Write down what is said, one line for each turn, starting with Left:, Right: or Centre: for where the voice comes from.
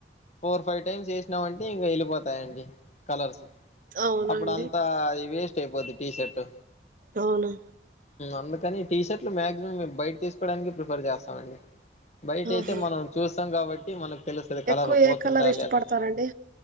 Left: ఫోర్, ఫైవ్ టైమ్స్ వేసినాం అంటే ఇంకా వెళ్ళిపోతాయండి కలర్స్
Right: అవునా
Left: అప్పుడు
Right: అండి
Left: అంతా అది వేస్ట్ అయిపోది టీషర్ట్
Right: అవునా
Left: అందుకని టీషర్లు మాక్సిమం బయట తీసుకోవడానికి ప్రిఫర్ చేస్తామండి బయట
Right: ఆహా
Left: అయితే మనం చూస్ తం కాబట్టి మనకు తెలుస్తది కలర్
Right: ఎక్కువ
Left: పోతుందా?
Right: ఏ కలర్ ఇష్టపడతారండి
Left: లేద